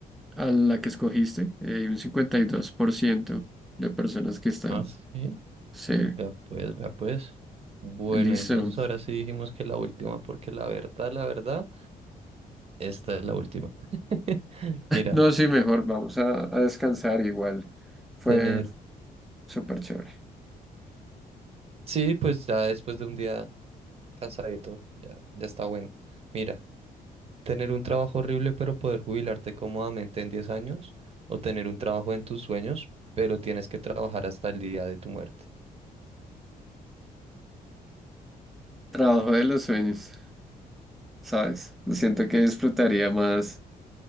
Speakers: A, in the centre; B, on the right.
A: a la que escogiste. Eh, Hay un 52% de personas que están.
B: Ah, sí.
A: Sí,
B: Vea pues, vea pues. Bueno,
A: listo.
B: entonces ahora sí dijimos que la última, porque la verdad, la verdad, esta es la última. <laughs> Mira,
A: No, sí, mejor vamos a, a descansar igual. Fue
B: tener.
A: súper chévere.
B: Sí, pues ya después de un día cansadito, ya, ya está bueno. Mira, tener un trabajo horrible, pero poder jubilarte cómodamente en 10 años, o tener un trabajo en tus sueños, pero tienes que trabajar hasta el día de tu muerte.
A: Trabajo de los sueños, ¿sabes? Siento que disfrutaría más,